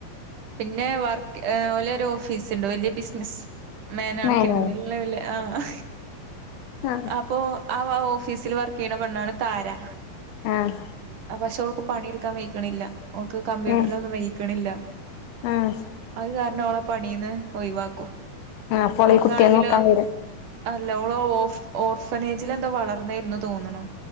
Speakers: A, on the right; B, on the left.
A: പിന്നെ വർക്ക് ഏഹ് ഓലെ ഒര് ഓഫീസ് ഇണ്ട് വല്യ ബിസ്നസ്. മേനാണ്ക്കേണ്
B: മേലെ
A: വെല്ല വെല്ല ആഹ്
B: ആഹ്
A: അപ്പൊ. ആഹ് ആ ഓഫീസില് വർക്ക് ചെയ്യ്ണ പെണ്ണാണ് താര.
B: ആഹ്.
A: പക്ഷെ ഓൾക്ക് പണി ഇടുക്കാൻ വെഴക്ക്ണില്ല. ഒൾക്ക് കമ്പ്യൂട്ടറ്
B: ഉം
A: ലൊന്നും വെയ്ക്ക്ണില്ല.
B: ഉം
A: അത് കാര്ണം അവളെ പണീന്ന് ഒഴിവാക്കും.
B: ആഹ് അപ്പോൾ
A: ഓൾക്കാണെങ്കിലോ.
B: ഈ കുട്ടിയെ നോക്കാൻ വരും
A: അല്ല ഓള് ഓഫ് ഓർഫനേജിൽ എന്തോ വളർന്നേന്ന് തോന്ന്ണു.